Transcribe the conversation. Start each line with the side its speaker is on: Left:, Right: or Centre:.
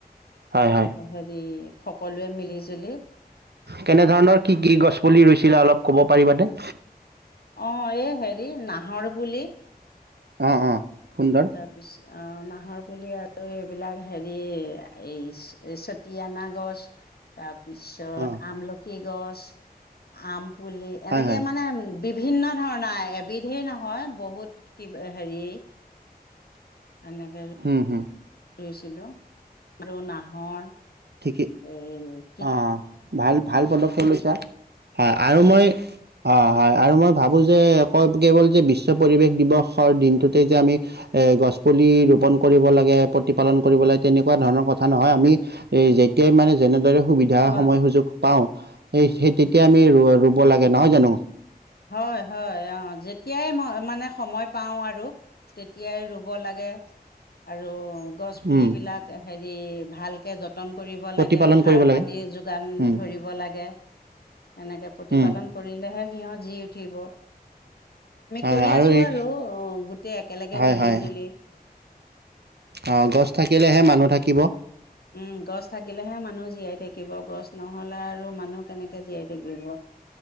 Right: হয় হয়
Left: হেৰি। সকলোৱে মিলি জুলি।
Right: কেনেধৰণৰ কি কি গছপুলি ৰইছিলা? অলপ ক'ব পাৰিবানে?
Left: অ', এই হেৰি নাহৰ পুলি।
Right: অ', অ। সুন্দৰ
Left: তাৰ পিছ আহ না। নাহৰ পুলি আৰু এইবিলাক হেৰি এই চতিয়ানা গছ তাৰ। পিছত
Right: অ
Left: আমলখি। গছ আম পুলি
Right: হয়
Left: এনেকে
Right: হয়
Left: মানে বিভিন্ন ধৰণৰ। এবিধেই নহয়। বহুত কিব হেৰি। এনেকে
Right: হুম, হুম।
Left: ৰুইছিলো। আৰু নাহৰ।
Right: ঠিকেই
Left: এই মে।
Right: অ ভাল ভাল পদক্ষেপ লৈছা হয়। আৰু মই হয়, আৰু মই ভাবো যে কেৱল যে বিশ্ব পৰিৱেশ দিৱসৰ দিনটোতে যে আমি এ গছ পুলি ৰোপন কৰিব লাগে। প্ৰতিপালন কৰিব লাগে তেনেকুৱা ধৰণৰ কথা নহয়। আমি যেতিয়াই মানে যেনেদৰে। সুবিধা
Left: অ',
Right: সময় সুযোগ পাওঁ। স সেই
Left: উম,
Right: তেতিয়া আমি ৰুব লাগে। নহয় জানো।
Left: হয় হয় অ যেতিয়াই মই মানে সময় পাওঁ আৰু তেতিয়াই ৰুব লাগে আৰু। গছ পুলিবিলাকে।
Right: উম
Left: ভালকে যতন। যতন কৰিব
Right: প্ৰতিপালন
Left: লাগে সাৰ
Right: কৰিব লাগে
Left: পানী যোগান
Right: উম
Left: ধৰিব লাগে। এনেকে প্ৰতিপালন
Right: উম
Left: কৰিলেহে। ইয়াদ। জি উঠিব।
Right: হয়
Left: কৰি
Right: আৰু
Left: আছো
Right: স
Left: অ', গোটেই একেলগে
Right: হয়
Left: মিলি
Right: হয়
Left: জুলি,
Right: অ গছ থাকিলেহে মানুহ থাকিব।
Left: উম গছ থাকিলেহে মানুহ জীয়াই থাকিব। গছ নহলে আৰু মানুহ কেনেকে জীয়াই থাকিব।